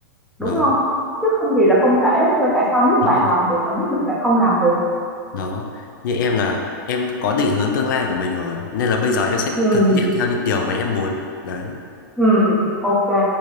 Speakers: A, in the centre; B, on the left.
A: đúng
B: đó
A: không? Chứ không gì là không thể hết trơn, tại sao nước
B: đúng
A: bạn
B: rồi
A: làm được mà nước mình lại không làm được?
B: đó như em là em có định hướng tương lai của mình rồi nên là bây giờ em sẽ
A: Ừ,
B: <laughs> thực hiện theo những điều mà em muốn đấy
A: ừ, ok.